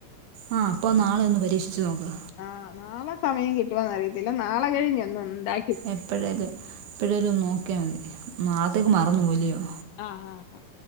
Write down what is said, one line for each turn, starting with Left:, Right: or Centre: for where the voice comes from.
Right: ആഹ് അപ്പൊ നാളൊന്ന് പരീക്ഷിച്ച് നോക്ക
Left: ആഹ് നാളെ സമയം കിട്ടുവോന്ന് അറിയത്തില്ല നാളെ കഴിഞ്ഞ് ഒന്ന് ഉണ്ടാ
Right: എപ്പോഴേല് എപ്പോഴേലും ഒന്ന് നോക്കിയാ മതി നാളത്തേക്ക് മറന്നു പോവല്ലേയോ
Left: ആഹ് ആഹ് ആഹ്